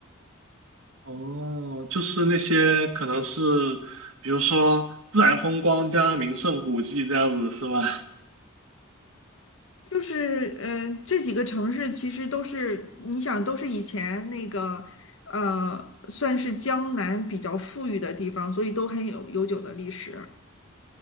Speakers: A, on the right (about 80°); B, on the left (about 75°).
A: 哦，就是那些可能是，比如说自然风光加名胜古迹这样子是吧？
B: 就是嗯、呃，这几个城市其实都是你想都是以前那个呃，算是江南比较富裕的地方，所以都很有悠久的历史。